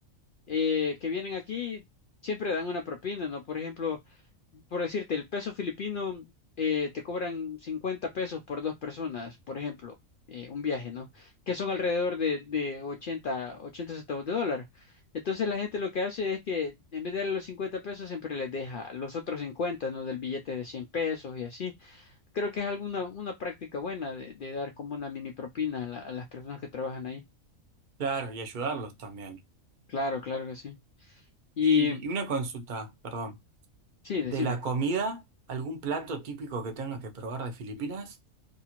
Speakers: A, on the left; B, on the right.
A: eh, que vienen aquí siempre dan una propina, ¿no? Por ejemplo, por decirte, el peso filipino eh, te cobran 50 pesos por dos personas, por ejemplo, eh, un viaje, ¿no? Que son alrededor de, de 80, 80 centavos de dólar. Entonces la gente lo que hace es que en vez de darle los 50 pesos siempre les deja los otros 50, ¿no? Del billete de 100 pesos y así. Creo que es alguna una práctica buena de, de dar como una mini propina a, la- a las personas que trabajan ahí.
B: Claro, y ayudarlos también.
A: Claro, claro que sí. Y
B: Y, y una consulta, perdón.
A: sí,
B: ¿De
A: decime.
B: la comida, algún plato típico que tengas que probar de Filipinas?